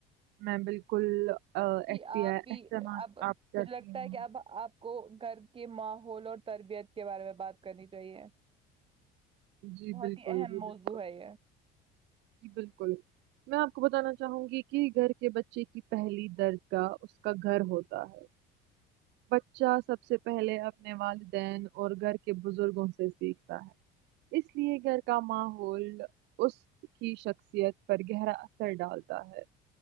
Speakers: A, on the right; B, on the right.
A: میں بالکل آ،
B: جی
A: احتیا
B: آپ
A: احتماد
B: بھی اب
A: آپ کرتی
B: مجھے لگتا
A: ہوں
B: ہے کہ اب آپ کو گھر کے ماحول اور تربیت کے بارے میں بات کرنی چاہیے
A: جی
B: بہت
A: بالکل
B: ہی اہم
A: جی بالکل
B: موضوع ہے یہ
A: جی بالکل میں آپ کو بتانا چاہوں گی کہ گھر کے بچے کی پہلی درجگاہ اس کا گھر ہوتا ہے بچہ سب سے پہلے اپنے والدین اور گھر کے بزرگوں سے سیکھتا ہے اس لیے گھر کا ماحول اس کی شخصیت پر گہرا اثر ڈالتا ہے